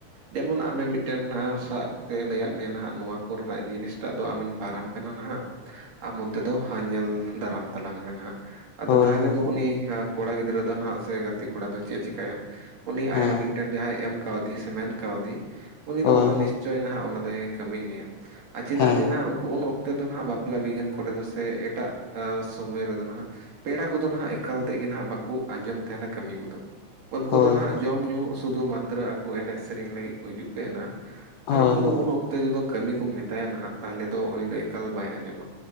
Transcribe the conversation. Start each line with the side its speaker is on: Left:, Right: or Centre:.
Right: ᱡᱮᱢᱚᱱ ᱟᱢᱮᱼᱼ ᱢᱤᱫᱴᱮᱱ ᱥᱟᱵ ᱠᱟᱛᱮ ᱮ ᱞᱟᱹᱭᱟᱫ ᱢᱮᱭᱟ ᱱᱷᱟᱜ ᱱᱚᱣᱟ ᱠᱚᱨᱮᱱᱟᱜ ᱡᱤᱱᱤᱥᱴᱟᱜ ᱫᱚ ᱟᱢᱤᱧ ᱵᱟᱨᱟᱢ ᱠᱟᱱᱟ ᱱᱷᱟᱜ ᱼᱼ ᱟᱢ ᱚᱱᱛᱮᱫᱚ ᱧᱮᱞ ᱫᱟᱨᱟᱢ ᱛᱟᱞᱟᱝ ᱢᱮ ᱱᱷᱟᱜ᱾ ᱟᱫᱚ
Left: ᱦᱳᱭ
Right: ᱛᱟᱦᱚᱞᱮ
Left: ᱦᱳᱭ
Right: ᱫᱚ ᱩᱱᱤ ᱠᱚᱲᱟ ᱜᱤᱫᱽᱨᱟᱹ ᱫᱚ ᱱᱷᱟᱜ ᱥᱮ ᱜᱟᱛᱮ ᱠᱚᱲᱟ ᱫᱚ ᱪᱮᱫ ᱮ ᱪᱮᱠᱟᱭᱟ? ᱩᱱᱤ
Left: ᱦᱮᱸ
Right: ᱟᱭᱟᱜ ᱢᱤᱫᱴᱮᱱ ᱡᱟᱦᱟᱸᱭ ᱮᱢ ᱠᱟᱣᱫᱮ ᱥᱮ ᱢᱮᱱ ᱠᱟᱣᱫᱤ ᱩᱱᱤ
Left: ᱦᱳᱭ
Right: ᱫᱚ ᱚᱱᱟ
Left: ᱦᱳᱭ
Right: ᱱᱤᱥᱼᱼ ᱪᱚᱭᱮᱱᱟ ᱦᱟᱸᱜ ᱚᱱᱟ ᱫᱚᱭ ᱠᱟᱹᱢᱤ ᱜᱮᱭᱟ ᱟᱨ ᱪᱮᱫᱟᱜ
Left: ᱦᱮᱸ
Right: ᱡᱮ ᱱᱷᱟᱜ ᱤᱱᱠᱩ ᱩᱱ ᱩᱠᱛᱼᱼ ᱛᱮᱫᱚ ᱱᱷᱟᱜ ᱵᱟᱯᱞᱟ ᱵᱤᱜᱽᱜᱟᱱ ᱠᱚᱨᱮ ᱫᱚ ᱥᱮ ᱮᱴᱟᱜ ᱥᱚᱢᱚᱭ ᱨᱮᱫᱚ ᱱᱷᱟᱜᱼᱼ ᱯᱮᱲᱟ ᱠᱚᱫᱚ ᱦᱟᱸᱜ ᱮᱠᱟᱞ ᱛᱮᱜ ᱜᱮ ᱱᱷᱟᱜ ᱵᱟᱠᱚ ᱟᱸᱡᱚᱢ ᱛᱟᱦᱮᱸᱱᱟ ᱠᱟᱹᱢᱤ ᱠᱚᱫᱚ᱾ ᱩᱱᱠᱩ
Left: ᱦᱳᱭ
Right: ᱫᱚ ᱱᱷᱟᱜ
Left: ᱦᱳᱭ
Right: ᱡᱚᱢ ᱧᱩ ᱥᱩᱫᱷᱩ ᱢᱟᱛᱨᱚ ᱟᱠᱚ ᱮᱱᱮᱡ ᱥᱮᱨᱮᱧ ᱞᱟᱹᱜᱤᱫᱼᱼ ᱠᱚ ᱦᱩᱡᱩᱜ ᱛᱟᱦᱮᱸᱱᱟ
Left: ᱦᱮᱸ
Right: ᱟᱨ
Left: ᱦᱮᱸ ᱦᱳᱭ ᱦᱳᱭ ᱦᱳᱭ
Right: ᱩᱱᱠᱩ
Left: ᱦᱳᱭ
Right: ᱫᱚ ᱩᱱ ᱚᱠᱼᱼ ᱚᱠᱛᱚ ᱡᱚᱛᱚ ᱠᱟᱹᱢᱤ ᱠᱚ ᱢᱮᱛᱟᱭᱟ ᱱᱷᱟᱜ ᱛᱟᱦᱚᱞᱮ ᱫᱚ ᱩᱱᱤ ᱫᱚ ᱮᱠᱟᱞ ᱵᱟᱭ ᱟᱸᱡᱚᱢᱟ᱾